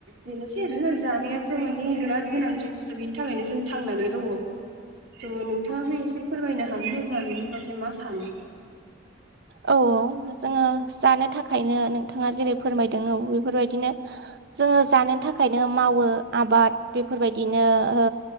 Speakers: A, on the right (about 85°); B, on the right (about 60°).
A: बेनोसै आरोना जानायाथ' मानि बिराद गोनांथि बुस्थु बेनि थाखायनो जों थांनानै दङ ' नोंथाङाबो एसे फोरमायनो हागोन ना जानायनिबादथाय मा सानो।
B: औ औ जोङो जानो थाखायनो नोंथाङा जेरै फोरमायदों औ बेफोरबायदिनो जोङो जानो थाखायनो मावो आबाद बेफोरबायदिनो ओ